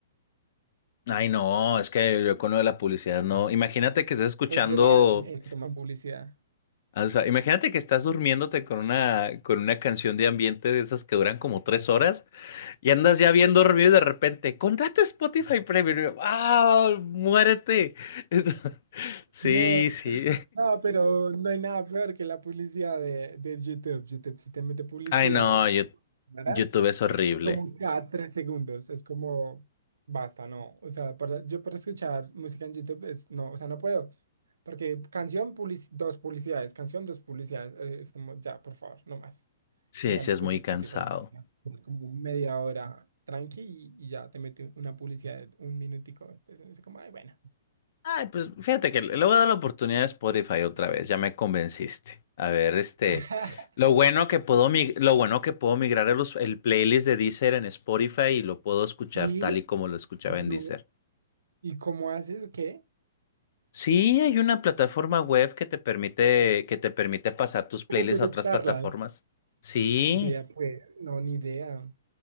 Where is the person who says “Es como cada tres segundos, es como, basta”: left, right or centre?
Right